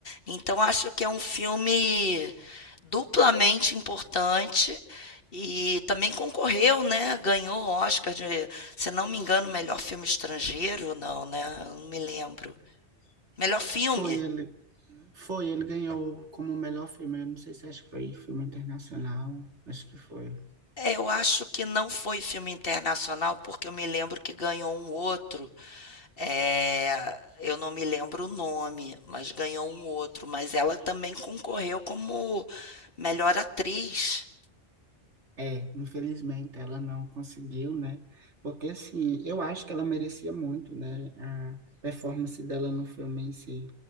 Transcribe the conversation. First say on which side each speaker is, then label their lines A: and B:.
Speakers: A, on the left; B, on the right.
A: Então acho que é um filme duplamente importante e também concorreu, né? Ganhou o Oscar de, se não me engano, melhor filme estrangeiro, não, né? eu Não me lembro. Melhor filme.
B: Foi ele, foi ele ganhou como o melhor filme. Eu não sei se acho que foi filme internacional, acho que foi.
A: É, eu acho que não foi filme internacional, porque eu me lembro que ganhou um outro. É, eu não me lembro o nome, mas ganhou um outro. Mas ela também concorreu como melhor atriz.
B: É, infelizmente ela não conseguiu, né? Porque assim, eu acho que ela merecia muito, né? A performance dela no filme em si